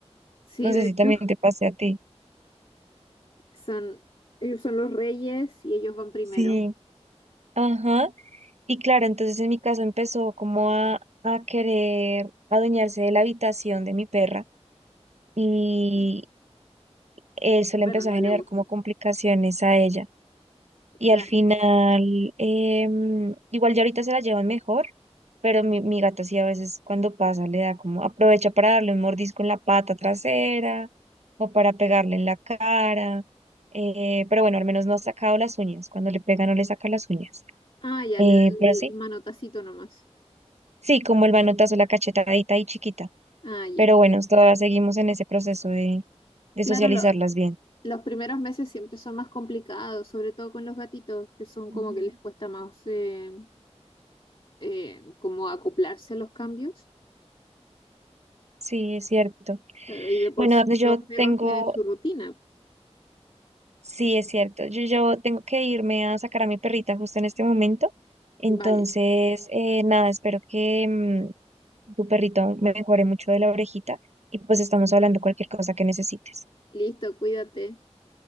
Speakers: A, on the left (about 50°); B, on the right (about 75°).
A: Sí,
B: No
A: de
B: sé si
A: hecho,
B: también te pase a ti.
A: son, ellos son los reyes y ellos van primero.
B: Sí, Ajá. Y claro, entonces en mi caso empezó como a, a querer adueñarse de la habitación de mi perra y
A: Mm,
B: eso le
A: Pero
B: empezó
A: no
B: a generar
A: le gustó.
B: como complicaciones a ella. Y
A: Claro.
B: al final, em, igual ya ahorita se la llevan mejor, pero mi, mi gata sí a veces cuando pasa le da como aprovecha para darle un mordisco en la pata trasera o para pegarle en la cara. eh, pero bueno, al menos no ha sacado las uñas. Cuando le pega no le saca las uñas.
A: Ah, ya,
B: Eh,
A: le da el,
B: pero sí,
A: el manotacito nomás.
B: sí, como el manotazo, la cachetadita y chiquita.
A: Ah, ya.
B: Pero bueno, todavía seguimos en ese proceso de, de
A: Claro,
B: socializarlas
A: lo-
B: bien.
A: los primeros meses siempre son más complicados, sobre todo con los gatitos, que son
B: Ujú.
A: como que les cuesta más eh, eh, como acoplarse a los cambios.
B: Sí, es cierto.
A: Claro, y de por
B: Bueno,
A: sí
B: Dafne, yo
A: los perros
B: tengo,
A: tienen su rutina.
B: sí, es cierto. Yo, yo tengo que irme a sacar a mi perrita justo en este momento. Entonces,
A: Vale,
B: eh, nada, espero que mm, tu perrito me mejore mucho de la orejita y pues estamos hablando cualquier cosa que necesites.
A: listo, cuídate.